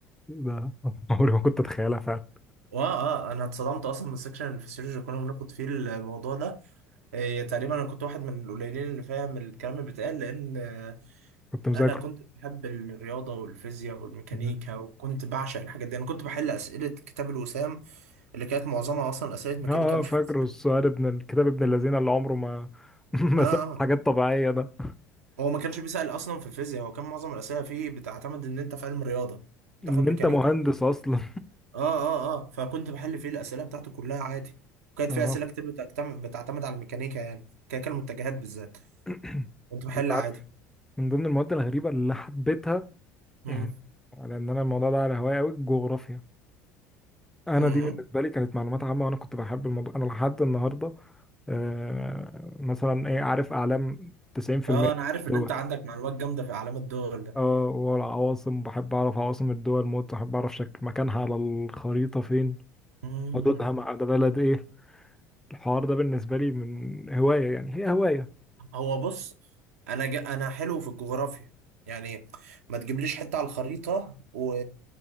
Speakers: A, in the centre; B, on the right.
A: ده عمري ما كنت اتخيلها فعلا
B: واه اه انا اتصدمت اصلا من السكشن الفسيولوجي كنا بناخد فيه الموضوع ده إيه تقريبا انا كنت واحد من القليلين اللي فاهم الكلام اللي بيتقال لان آه،
A: كنت مذاكره
B: انا كنت بحب الرياضه والفيزياء والميكانيكا
A: مم.
B: وكنت بعشق الحاجات دي انا كنت بحل اسئله كتاب الوسام اللي كانت معظمها اصلا اسئله ميكانيكا
A: اه
B: مش
A: آه، فاكره
B: فيزياء
A: السؤال ابن الكتاب ابن الذين اللي عمره ما <laughs> ما
B: اه آه.
A: ساب حاجات طبيعية ده
B: هو ما كانش بيسال اصلا في الفيزياء هو كان معظم الاسئله فيه بتعتمد ان انت في علم رياضه
A: ان
B: تاخد ميكانيكا
A: انت مهندس
B: وكده
A: اصلا
B: اه اه اه فكنت بحل فيه الاسئله بتاعته كلها عادي
A: <laughs>
B: وكانت
A: اه
B: فيه اسئله كتير بتعتمد بتعتمد على الميكانيكا يعني كان كان المتجهات بالذات
A: <clears throat>
B: كنت بحل
A: انت عارف
B: عادي
A: من ضمن المواد الغريبه اللي حبيتها
B: امم
A: يعني لان انا الموضوع ده على هواية قوي الجغرافيا انا
B: امم
A: دي بالنسبه لي كانت معلومات عامه وانا كنت بحب الموضوع انا لحد النهارده آه مثلا ايه عارف اعلام 90%
B: اه انا عارف
A: دول
B: ان انت عندك معلومات جامده في اعلام الدول
A: اه والعواصم بحب اعرف عواصم الدول موت بحب اعرف شكل مكانها على الخريطه فين
B: ده
A: حدودها مع ده بلد ايه الحوار ده بالنسبه لي من هوايه يعني هي هوايه
B: هو بص انا ج... انا حلو في الجغرافيا يعني ما تجيبليش حته على الخريطه و...